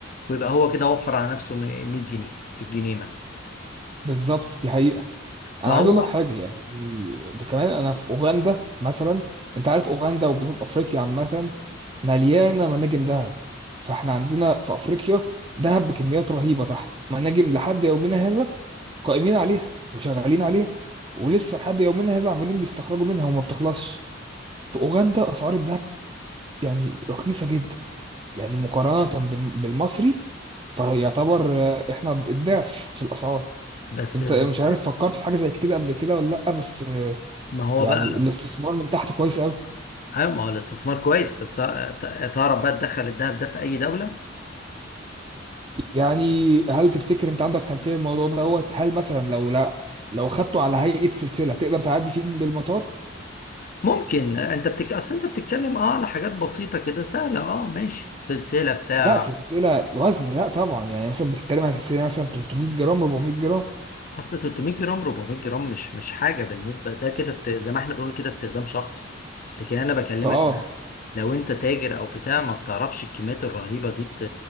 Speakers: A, on the left (about 45°); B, on the right (about 25°).
A: ويبقى هو كده وفر على نفسه 100 جنيه في الجنيه مثلا
B: بالظبط دي حقيقة
A: فهو
B: انا عايز اقول لك حاجة يعني ده كمان انا في اوغندا مثلا انت عارف اوغندا وجنوب افريقيا عامة مليانة مناجم ذهب فاحنا عندنا في افريقيا ذهب بكميات رهيبة تحت مناجم لحد يومنا هذا قائمين عليها وشغالين عليها ولسه لحد يومنا هذا عمالين بيستخرجوا منها وما بتخلصش في اوغندا اسعار الذهب يعني رخيصة جدا يعني مقارنة بال- بالمصري فيعتبر آه، احنا الضعف في الأسعار
A: بس
B: انت
A: بس-
B: مش عارف فكرت في حاجة زي كده قبل كده ولا لأ بس آه،
A: ما هو
B: يعني
A: بقى
B: الاستثمار من تحت كويس قوي
A: ايوه ما هو الاستثمار كويس بس ت- تعرف بقى تدخل الذهب ده في اي دوله
B: يعني هل تفتكر انت عندك خلفية الموضوع دوت هل مثلا لو لا لو خدته على هيئة سلسلة تقدر تعدي فيه من بالمطار
A: ممكن انت بتك... اصل انت بتتكلم اه على حاجات بسيطه كده سهله اه ماشي سلسله بتاع
B: لا سلسلة وزن لا طبعا يعني مثلا بتتكلم عن سلسلة مثلا 300 جرام 400 جرام
A: اصل 300 جرام 400 جرام مش مش حاجه بالنسبه ده كده است... زي ما احنا بنقول كده استخدام شخصي لكن انا بكلمك
B: فاه
A: لو انت تاجر او بتاع ما بتعرفش الكميات الرهيبه دي ت...